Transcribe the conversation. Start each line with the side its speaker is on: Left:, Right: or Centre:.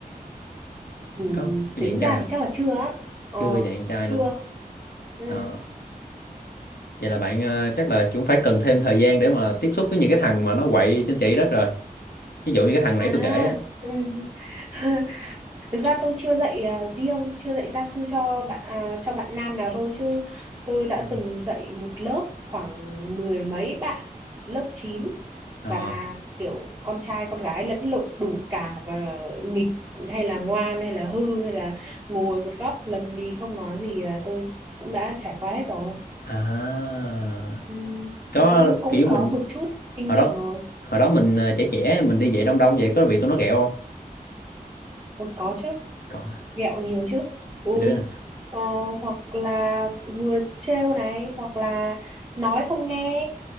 Right: Ừ,
Left: có không? có
Right: tính
Left: dạy con trai
Right: ra thì
Left: không
Right: chắc là chưa á. Ờ,
Left: chưa dạy con trai
Right: chưa.
Left: luôn
Right: Ừ.
Left: Đó. vậy là bạn ờ, chắc là cũng phải cần thêm thời gian để mà tiếp xúc với những cái thằng mà nó quậy trên chỉ đất rồi ví dụ như cái thằng
Right: À.
Left: nãy tôi kể á
Right: Ừ. <laughs> Thực ra tôi chưa dạy à, riêng, chưa dạy gia sư cho bạn à, cho bạn nam nào thôi chứ tôi đã
Left: Ừ.
Right: từng dạy một lớp khoảng mười mấy bạn lớp 9
Left: ờ
Right: và kiểu con trai con gái lẫn lộn đủ cả và nghịch hay là ngoan hay là hư hay là ngồi một góc lầm lì không nói gì là tôi cũng đã trải qua hết rồi.
Left: à
Right: Ừ.
Left: có
Right: Cũng cũng
Left: kiểu
Right: có
Left: mình
Right: một chút kinh
Left: hồi
Right: nghiệm
Left: đó
Right: rồi.
Left: hồi đó mình ờ, trẻ trẻ mình đi dạy đông đông vậy có bị tụi nó ghẹo không
Right: Ủa, có chứ.
Left: có
Right: ghẹo nhiều chứ ừ
Left: mấy đứa nè
Right: ờ, hoặc là vừa trêu này hoặc là nói không nghe